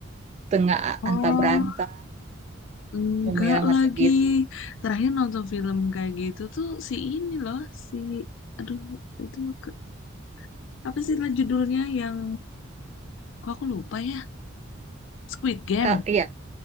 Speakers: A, on the right; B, on the left.
A: tengah
B: Oh,
A: antah beranta
B: enggak
A: mau menyelamatkan
B: lagi.
A: diri
B: Terakhir nonton film kayak gitu tuh si ini loh, si aduh itu ke- apa sih lah judulnya yang kok aku lupa ya? Squid Game.
A: Kak, iya